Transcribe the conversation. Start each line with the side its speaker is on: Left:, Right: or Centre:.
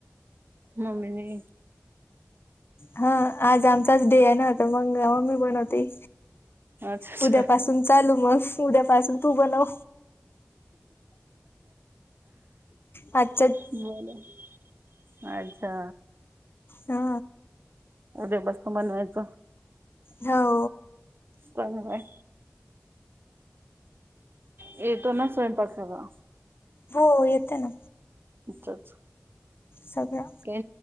Right: मम्मी ने.
Left: हा आज आमचाच डे आहे ना त मंग आमी बनवती.
Right: अच्छा अच्छा
Left: उद्यापासून चालू मग, उद्यापासून तू बनव. आत.
Right: बोला अच्छा.
Left: हा!
Right: उद्या पासन बनवायचं.
Left: हो!
Right: आता गं बयां. येतो ना स्वयंपाक सगळा.
Left: हो येतं ना.
Right: ईच्छाच.
Left: सगळ.
Right: कॅय